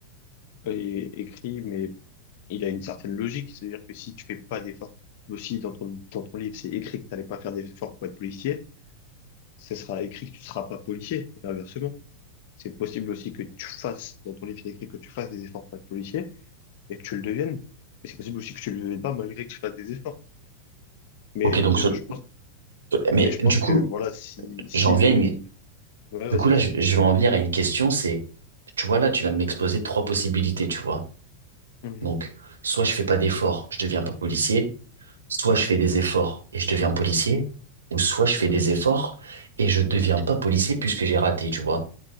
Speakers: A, on the left; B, on the right.
A: euh, est écrit, mais il a une certaine logique, c'est-à-dire que si tu fais pas d'efforts, aussi dans ton, dans ton livre, c'est écrit que t'allais pas faire d'efforts pour être policier, ça sera écrit que tu seras pas policier, et inversement. C'est possible aussi que tu fasses, dans ton livre, il y a écrit que tu fasses des efforts pour être policier et que tu le deviennes. Mais c'est possible aussi que tu le deviennes pas malgré que tu fasses des efforts. Mais
B: Ok,
A: de,
B: donc, je-
A: je pense,
B: mais
A: mais je
B: du
A: pense que,
B: coup,
A: voilà, si, si
B: j'en viens,
A: le,
B: à une-
A: ouais,
B: du
A: vas-y,
B: coup là,
A: vas-y.
B: je, je vais en venir à une question, c'est, tu vois là, tu viens de m'exposer trois possibilités, tu vois.
A: Mhm.
B: Donc, soit je fais pas d'efforts, je deviens pas policier, soit
A: Ouais,
B: je fais des efforts et je deviens policier, ou soit je
A: ouais,
B: fais des efforts et je deviens pas policier puisque j'ai raté, tu vois.